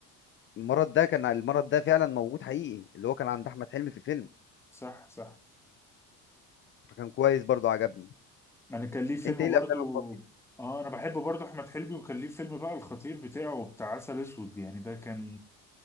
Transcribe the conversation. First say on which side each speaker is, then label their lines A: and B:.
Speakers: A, on the left; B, in the centre.
A: المرض ده كان المرض ده فعلا موجود حقيقي اللي هو كان عند احمد حلمي في الفيلم
B: صح صح
A: فكان كويس برضو عجبني
B: يعني كان ليه فيلم
A: انت ايه الافلام
B: برضو
A: الكوميدي
B: اه انا بحب برضو احمد حلمي وكان ليه فيلم بقى الخطير بتاعه بتاع عسل اسود يعني ده كان